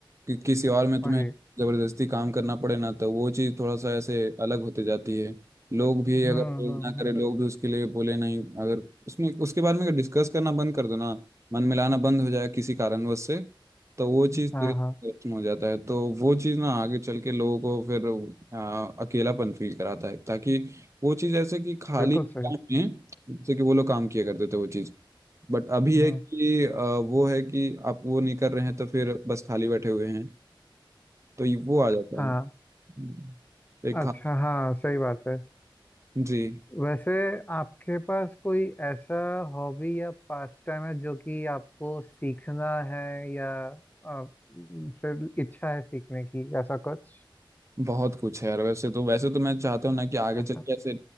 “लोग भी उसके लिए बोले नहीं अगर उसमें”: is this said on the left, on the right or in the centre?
Right